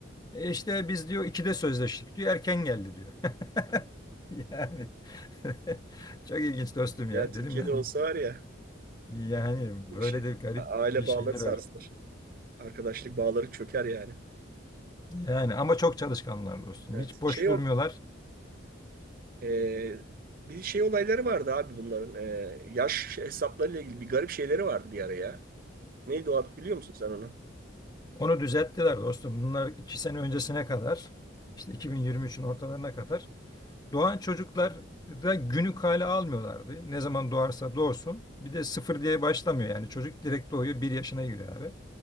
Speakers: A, on the left (about 20°); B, on the right (about 45°).
A: E işte biz diyor ikide sözleştik diyor. Erken geldi diyor. <laughs> Yani <laughs> çok ilginç dostum ya.
B: Ya Türkiye'de
A: Dedim lan
B: olsa var ya
A: yani
B: bu
A: böyle
B: bir şey.
A: de garip
B: A- Aile
A: bir şeyler
B: bağları sarsılır.
A: var.
B: Arkadaşlık bağları çöker yani.
A: Yani ama çok çalışkanlar dostum.
B: Evet.
A: Hiç boş
B: Şey
A: durmuyorlar.
B: o e, bir şey olayları vardı abi bunların. E, yaş hesaplarıyla ilgili bir garip şeyleri vardı bir ara ya. Neydi o ad biliyor musun sen onu?
A: Onu düzelttiler dostum. Bunlar iki sene öncesine kadar, işte 2023'ün ortalarına kadar doğan çocuklar da günü kale almıyorlardı. Ne zaman doğarsa doğsun. Bir de sıfır diye başlamıyor yani. Çocuk direkt doğuyor, bir yaşına giriyor abi.